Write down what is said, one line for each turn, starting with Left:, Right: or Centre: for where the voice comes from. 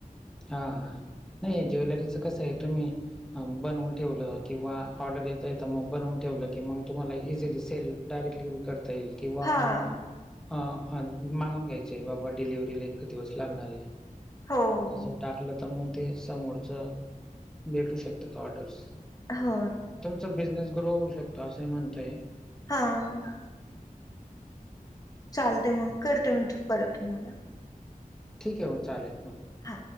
Centre: हा, हा. नाही ज्वेलरीचं कसं आहे तुम्ही बनवून ठेवल किंवा ऑर्डर येता येत मग बनवून ठेवलं की मग, तुम्हाला इझिलीे सेल डायरेक्टली मग करता येईल. किंवा
Left: हां.
Centre: मग अ अ मागून घ्यायचे आहे बाबा डिलिवरीला इतके दिवस लागणार आहे.
Left: हो, हो,
Centre: तस टाकलं तर मग ते समोरच भेटू शकतात ऑर्डर्स.
Left: हो.
Centre: तसं बिझनेस ग्रो होऊ शकतो असे मी म्हणतोय.
Left: हा. चालते मग करते मी तू परत तुम्हाला.
Centre: ठीक आहे हो चालेल हो.
Left: हा.